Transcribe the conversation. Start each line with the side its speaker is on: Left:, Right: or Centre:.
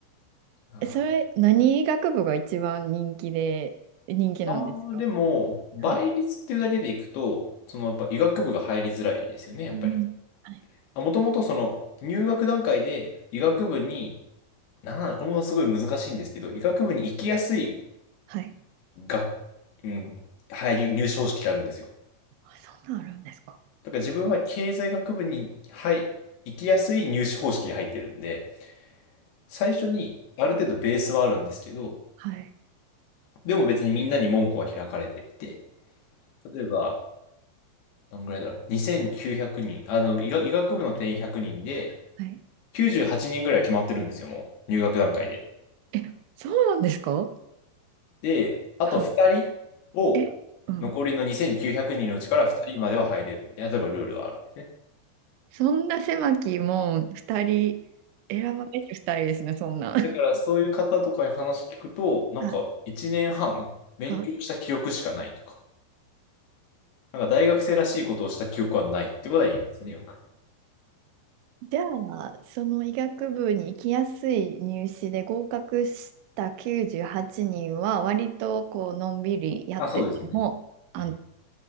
Left: あ
Right: えそれ、何学部が一番人気で、人気なんですか
Left: あでも、倍率っていうだけでいくと、
Right: はい。
Left: そのやっぱ医学部が入りづらいですよね、やっぱり。
Right: うんはい。
Left: もともとその入学段階で医学部に、なんだ、これもすごい難しいんですけど、医学部に行きやすい
Right: はい。
Left: が、うん、入り、入試方式があるんですよ。
Right: あ、そんなんあるんですか
Left: だから自分は経済学部に、はい、行きやすい入試方式で入ってるんで、最初にある程度ベースはあるんですけど、
Right: はい。
Left: でも別にみんなに門戸は開かれていて、例えば、どんぐらいだろう、2900人、あの、医学、医学部の定員100人で、
Right: はい。
Left: 98人ぐらいは決まってるんですよ、もう、入学段階で。
Right: え、そうなんですか
Left: で、あと2人を、
Right: はい。え、うん。
Left: 残りの2900人のうちから2人までは入れるみたいな、例えばルールがある。
Right: そんな狭きもう二人、選ばれて二人ですね、そんな。<laughs>
Left: だからそういう方とかに話聞くと、なんか1年半勉強した記憶しかないとか、
Right: はい。はい
Left: なんか大学生らしいことをした記憶はないってことは言いますね、よく。
Right: じゃあ、その医学部に行きやすい入試で合格した98人はちにんは、割とこう、のんびりやってても、
Left: あ、そうですね。
Right: あん、
Left: うん。